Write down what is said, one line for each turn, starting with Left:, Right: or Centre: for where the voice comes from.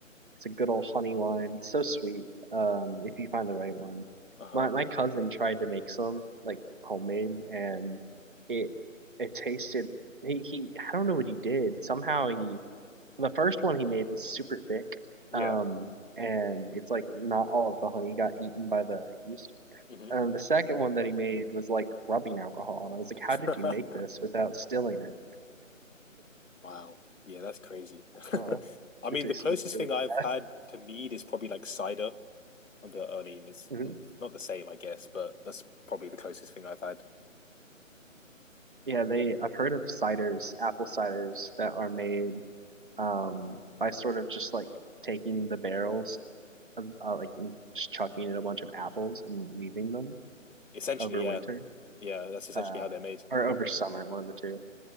Right: It's a good old honey wine. It's so sweet. Um, if you find the right one.
Left: Uh-huh.
Right: My my cousin tried to make some like homemade, and it it tasted. He he. I don't know what he did. Somehow he the first one he made was super thick.
Left: Yeah.
Right: Um, and it's like not all of the honey got eaten by the yeast.
Left: hmm
Right: Um, the second one that he made was like rubbing alcohol, and I was like, how
Left: <laughs>
Right: did you make this without stilling it?
Left: Wow. Yeah, that's crazy.
Right: Oh,
Left: <laughs> I mean,
Right: it tasted
Left: the closest
Right: really
Left: thing
Right: bad.
Left: I've had to mead is probably like cider. I'm the- I mean, it's
Right: Mhm.
Left: not, it's not the same, I guess, but that's probably the closest thing I've had.
Right: Yeah, they I've heard of ciders, apple ciders that are made um by sort of just like taking the barrels of uh, like and just chucking in a bunch of apples and leaving them
Left: Essentially,
Right: over
Left: yeah,
Right: winter
Left: yeah, that's essentially
Right: uh
Left: how they're made.
Right: or over summer, one of the two.